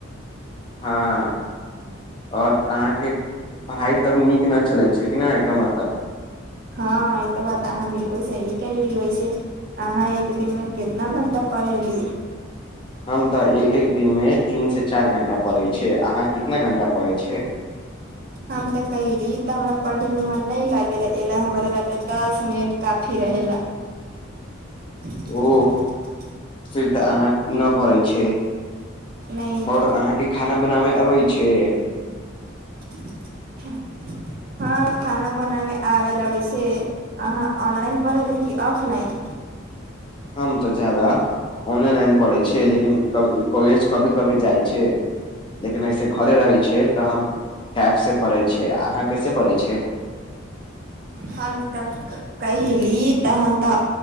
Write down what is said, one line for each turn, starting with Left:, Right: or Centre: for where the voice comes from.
Left: हँ ओर अहाँके पढ़ाई तब नीक न चलै छै कि न एकर मतलब
Right: हँ ई त बात आहा बिल्कूल सही कहली वैसे अहाँ एक दिन मे कितना घं्टा पढ़ेली
Left: हम तऽ एक एक दिनमे तीन से चार घण्टा पड़ैत छै अहाँ कितना घं्टा पड़ैत छै
Right: हम त कयली त पढ़यमे मन नैह लगैला हमर ल तऽ दस मिनट काफी रहेला <inaudible>
Left: ओ फिर तऽ अहाँ न पड़ै छै
Right: नहि
Left: ओर अहाँके खाना बनाबे आबै छै
Right: <inaudible> हँ खाना बनाबै आबै ल वैसे अहाँ ऑनलाइन पढ़ै ली कि ऑफलाइन
Left: हम तऽ जादा ऑनेलाइन पढ़ै छै लेकिन क कॉलेज कभी कभी जाइ छै लेकिन ऐसे घरे रहै छियै तऽ हम ैप से पड़े छ अहाँ कैसे पड़ै छी
Right: हम तक कहिली तऽ हम तऽ